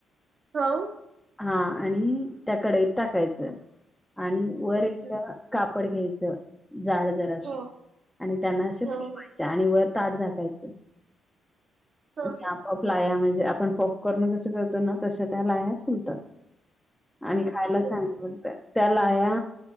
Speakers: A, on the right; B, in the centre.
A: हा
B: हा आणि त्या कडईत टाकायचं आणि वर
A: अच्छा
B: एक कापड घ्यायचं जाड जर अस
A: हा
B: आणि त्यांना असे
A: हा
B: फुवायच.
A: हा
B: आणि वर ताट झाकायचं
A: हा
B: आणि आपआप लाया म्हणजे आपण पॉपकॉर्न कस करतो ना तश त्या लाया फुलतात. आणि
A: हा अच्छा
B: खायला चांगलंटत त्याला या